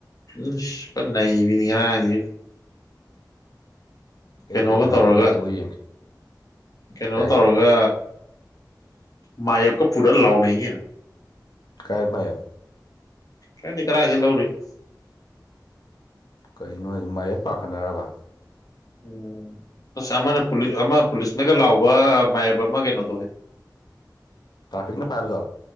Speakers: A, on the left (about 55°); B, on the left (about 70°).
A: ꯎꯁ ꯄꯟ ꯅꯩꯕꯤꯅꯤ ꯉꯔꯥꯡꯗꯤ
B: ꯀꯩ
A: ꯀꯩꯅꯣꯒ
B: ꯀꯩ ꯂꯝ
A: ꯇꯧꯔꯒ
B: ꯂꯩꯒꯦ ꯑꯝꯇꯕꯨ ꯌꯦꯡꯒꯦ
A: ꯀꯩꯅꯣ
B: ꯀꯩ
A: ꯇꯧꯔꯒ ꯃꯥꯏꯌꯦꯞꯀ ꯄꯨꯔ ꯂꯥꯎꯅꯦ ꯀꯩꯅꯣ꯫
B: ꯃꯥꯥꯏ
A: ꯅꯪꯗꯤ ꯀꯥꯏꯗꯒꯤ ꯂꯧꯔꯨꯏꯕ
B: ꯀꯩꯅꯣ ꯍꯥꯏ ꯃꯥꯏꯌꯦꯞ ꯄꯥꯈꯠꯅꯔꯕ
A: ꯎꯝ ꯑꯁ ꯑꯃꯅ ꯑꯃ ꯄꯨꯂꯤꯁꯅꯒ ꯂꯥꯎꯕ ꯃꯞ ꯑꯃ ꯀꯩꯅꯣꯗꯣ ꯍꯣꯏ
B: ꯇ꯭ꯔꯥꯐꯤꯛꯅ ꯄꯥꯏꯕꯗꯣ